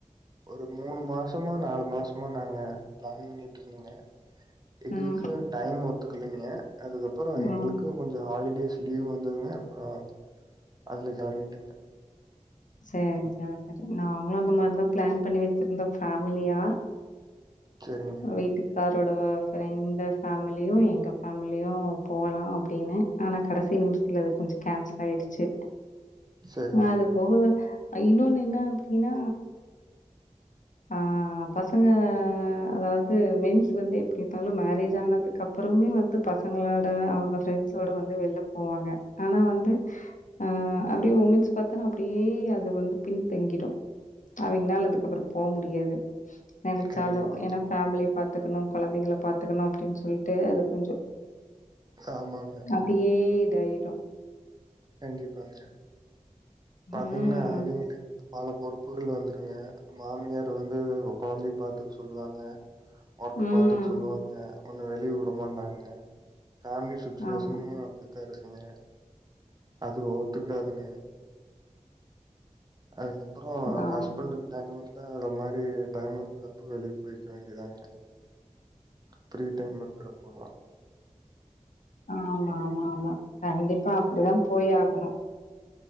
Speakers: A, on the right; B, on the left.
A: ஒரு மூனு மாசமா நாலு மாசமா நாங்க பிளான் பண்ணிட்ருந்தங்க எங்களுக்குனு
B: ம்,
A: டைம் ஒத்துக்கலீங்க அதுக்கப்புறோ
B: ம்.
A: எங்களுக்கு கொஞ்ச ஹாலிடேஸ் லீவ் வந்ததுங்க அப்புறோ அதுல கிளம்பிட்டங்க
B: சேரி <inaudible> அதுக்கப்பறம் நாங்களு அந்த மாரிதா பிளான் பண்ணி வச்சிருந்தோ ஃபேமிலியா
A: சேரிங்க
B: வீட்டுக்காரோட ஃப்ரெண்டு ஃபேமிலியு எங்க ஃபேமிலியு போலா அப்டின்னு ஆனா கடைசி நிமிஷத்துல அது கொஞ்ச கேன்சல் ஆயிடுச்சு
A: சரிங்க
B: அது போக இன்னொன்னு என்ன அப்டின்னா ஆ பசங்க அதாவது மென்ஸ் வந்து எப்படி இருந்தாலும் மேரேஜ் ஆனது கப்புறமே வந்து பசங்களோட அவங்க ஃப்ரெண்ட்ஸோட வந்து வெள்ள போவாங்க ஆனா வந்து ஆ அப்படியே உமென்ஸ் பாத்தா ப்படியே அது வந்து பின்தங்கிடு அவிங்னால அது கப்பறோ போ முடியாது நெனைச்சாலு
A: கண்டிப்பாங்க.
B: ஏன்னா ஃபேமிலிய பாத்துக்கணு கொழந்தைங்கல பாத்துக்கணு அப்படின் சொல்ட்டு அது கொஞ்சோ
A: ஆமாங்க
B: அப்டியே இதாயிடு
A: கண்டிப்பாங்க பாத்தீங்கன்னா
B: ம்.
A: அவிங்களுக்கு பல பொறுப்புகள் வந்துருங்க மாமியாரு வந்து கொழந்தை பாத்துக் சொல்லுவாங்க ஒர்க்கு
B: ம்.
A: பாத்துக் சொல்லுவாங்க ஒன்னு வெளிய உடமாட்டாங்க ஃபேமிலி சுச்சுவேஷன்மு
B: ஆமா.
A: அப்படித்தா இருக்குங்க அது ஒத்துக்கடாதுங்க அதுக்கப்புறோ
B: ஆமா.
A: ஹஸ்பண்டு டைம் இருந்தா அது மாரி டைம் இருக்கிறப்போ வெளியே போய்க்க வேண்டிதாங்க ஃப்ரீ டைம்ல இருக்கறப்பலா
B: ஆமா ஆமா ஆமா கண்டிப்பா அப்படிதா போய் ஆகணு